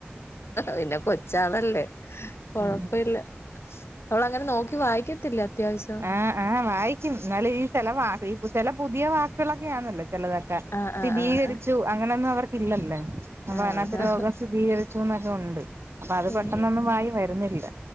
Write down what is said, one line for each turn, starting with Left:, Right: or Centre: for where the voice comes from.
Left: പിന്നെ കൊച്ചാളല്ലേ കൊഴപ്പല്ല
Right: ഉം
Left: അവള അങ്ങനെ നോക്കി വായിക്കത്തില്ല അത്യാവശ്യം
Right: ആഹ ആഹ വായിക്കും എന്നാല ഈ ചില ഈ ചില പുതിയ വാക്കുകളൊക്കെയാണല്ലോ ചിലതൊക്കെ
Left: ആഹ്
Right: സ്ഥിതീകരിച്ചു
Left: ആഹ് ആഹ്
Right: അങ്ങനെയൊന്നും അവർക്കല്ലല്ലേ അപ്പൊ
Left: ആഹ്
Right: അതിനകത്ത്
Left: ആഹ്
Right: രോഗം സ്ഥിരീകരിച്ചുന്നൊക്കെ ഉണ്ട് അപ്പൊ അത്
Left: ഉം
Right: പെട്ടെന്നൊന്നും വായി വരുന്നില്ല